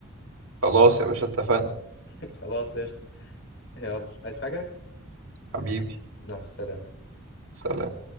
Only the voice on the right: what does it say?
خلاص يا باشا اتفقنا
حبيبي
سلام